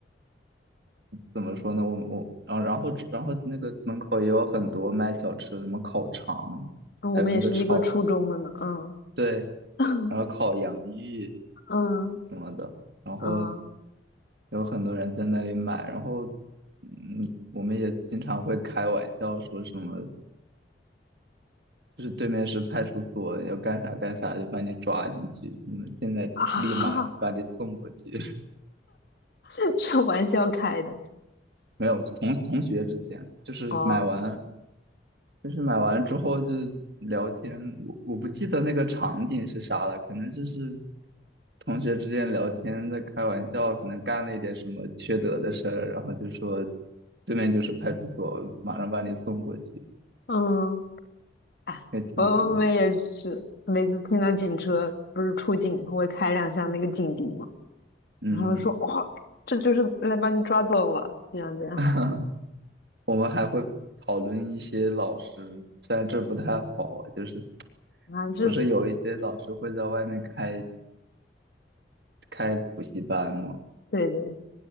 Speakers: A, on the right; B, on the left.
A: 怎么说呢？我我然后然后然后那个门口也有很多卖小吃的，什么烤肠，
B: 我们也是一个初中的呢。
A: 还有那个炒，
B: 嗯
A: 对，
B: <laughs>
A: 然后烤洋芋
B: 嗯
A: 什么的，然后
B: 嗯。
A: 有很多人在那里买，然后嗯，我们也经常会开玩笑说什么，就是对面是派出所，要干啥干啥就把你抓进去，嗯现在立马把你送过去。
B: 啊哈，
A: <laughs>
B: <laughs> 这玩笑开的
A: 没有，同同学之间就是买完
B: 哦，
A: 就是买完之后就是聊天，我我不记得那个场景是啥了，可能就是同学之间聊天在开玩笑，可能干了一点什么缺德的事儿，然后就说对面就是派出所，马上把你送过去，
B: 嗯，哎，
A: 也挺有意思。
B: 我我们也是，每次听到警车不是出警，他会开两下那个警笛嘛，
A: 嗯，
B: 然后说哇，这就是来把你抓走了，这样这样
A: <laughs> 我们还会讨论一些老师，虽然这不太好啊，就是
B: 啊，这
A: 不是有一些老师会在外面开开补习班吗？
B: 对对，